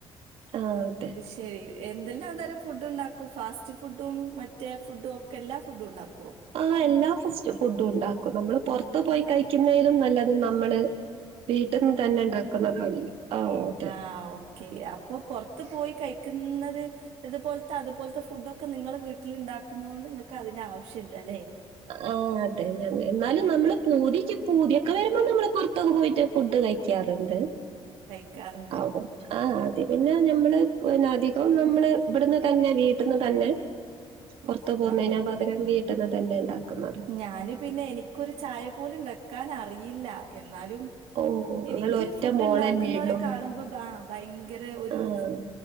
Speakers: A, on the right; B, on the right.
A: ആഹ് അതെ
B: ശരി എന്തെല്ലാം തരം ഫുഡ് ഉണ്ടാക്കും ഫാസ്റ്റ് ഫുഡും മറ്റേ ഫുഡും ഒക്കെ എല്ലാ ഫുഡും ഉണ്ടാക്കോ
A: ആ എല്ലാ ഫസ്റ്റ് ഫുഡും ഉണ്ടാക്കും നമ്മള് പുറത്ത് പോയി കഴിക്കുന്നയിലും നല്ലത് നമ്മള് വീട്ടിന്ന് തന്നെ ഉണ്ടാക്കുന്ന ആ അതെ
B: ആഹ് ഒ ക്കെ അപ്പൊ പോറത്ത് പോയി കഴിക്കുന്നത് ഇതുപോലത്തെ അതുപോലത്തെ ഫുഡൊക്കെ നിങ്ങള് വീട്ടിൽ ണ്ടാക്കുന്നത് കൊണ്ട് ഇങ്ങക്ക് അതിന്റെ ആവശ്യല്ലല്ലേ
A: ആ അതെ ഞ എന്നാലും നമ്മള് പൂതിക്ക് പൂതിയൊക്കെ വരുമ്പോൾ നമ്മള് പുറത്തൊക്കെ പോയിട്ട് ഫുഡ് കഴി ക്കാറുണ്ട്
B: കഴിക്കാറുണ്ട്.
A: ആപ്പോം ആഹ് അത് പിന്നെ ഞമ്മള് പിന്നെ അധികം നമ്മള് ഇബ്ട്ന്ന് തന്നെ വീട്ട്ന്ന് തന്നെ
B: ഉം
A: പോർത്ത് പോവുന്നതിന
B: അതെ.
A: പകരം വീട്ട്ന്ന് തന്നെ ഇണ്ടാക്കുന്ന
B: ഞാന് പിന്നെ എനിക്കൊരു ചായ പോലും വെക്കാനറിയില്ല എന്നാലും
A: ഓഹ് നിങ്ങൾ
B: എനിക്ക്
A: ഒറ്റ
B: ഫുഡ്
A: മോളല്ലേ
B: ഉണ്ടാക്കുന്നോരെ
A: ഉള്ളൂ
B: കാണുമ്പോ ബാ ഭയങ്കര ഒരു
A: ആഹ്